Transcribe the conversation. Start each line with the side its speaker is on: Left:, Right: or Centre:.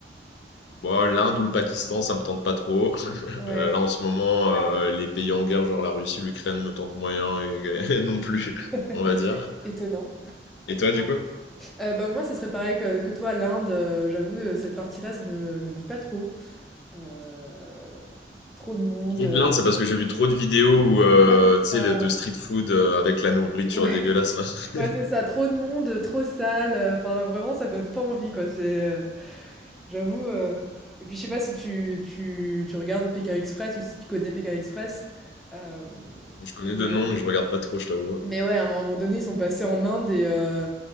Left: Bon, l'Inde ou le Pakistan, ça me tente pas trop. <laughs>
Centre: ouais.
Left: Euh, là, en ce moment, Ouais. euh, les pays en guerre, genre la Russie, l'Ukraine, me tentent moyen et, <laughs> non plus,
Centre: <laughs>
Left: on va dire.
Centre: Étonnant.
Left: Et toi, du coup?
Centre: Euh, bah, moi, ce serait pareil que, que toi, l'Inde. euh, j'avoue, euh, cette partie-là, ça me, me dit pas trop. Euh, trop de monde.
Left: Donc
Centre: euh,
Left: l'Inde, c'est parce que j'ai vu trop de vidéos où, euh,
Centre: Ouais, c'est
Left: tu
Centre: ça.
Left: sais, le- de street food euh, avec la nourriture
Centre: Ouais,
Left: dégueulasse,
Centre: <laughs>
Left: là. <laughs>
Centre: ouais, c'est ça. Trop de monde, trop sale. euh, Enfin, vraiment, ça donne pas envie, quoi. C'est, euh, j'avoue. euh, Et puis, je sais pas si tu, tu, tu regardes Pékin Express ou si tu connais Pékin Express. euh,
Left: Je connais
Centre: Mais
Left: de nom, mais je regarde pas trop, je t'avoue.
Centre: Mais ouais, à un moment donné, ils sont passés en Inde et euh,